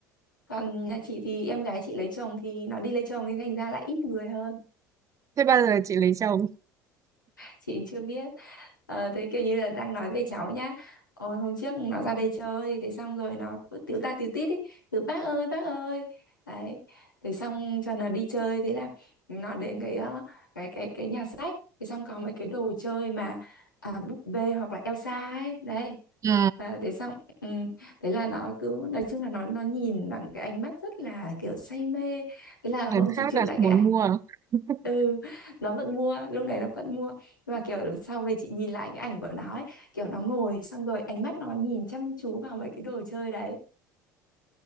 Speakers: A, on the left (about 85°); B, on the right (about 30°).
A: còn nhà chị thì em gái chị lấy chồng thì nó đi lấy chồng thì thành ra là ít người hơn
B: Thế bao giờ chị lấy chồng?
A: chị chưa biết ờ, thế kiểu như là đang nói về cháu nhá Ôi, hôm trước nó ra đây chơi thế xong rồi nó cứ tíu ta tíu tít ý cứ bác ơi bác ơi đấy thế xong cho nó đi chơi thế là nó đến cái ờ, cái cái cái nhà sách thế xong có mấy cái đồ chơi mà à, búp bê hoặc là Elsa ấy đấy
B: Ừ.
A: à, thế xong ừ, thế là nó cứ nói chung là nó nó nhìn bằng cái ánh mắt rất là kiểu say mê thế là hôm
B: Em
A: chị
B: khác
A: chụp
B: à,
A: lại
B: muốn
A: cái ảnh
B: mua à? <laughs>
A: ừ nó vẫn mua lúc đấy nó vẫn mua nhưng mà kiểu sau về chị nhìn lại cái ảnh của nó ấy, kiểu nó ngồi xong rồi ánh mắt nó nhìn chăm chú vào mấy cái đồ chơi đấy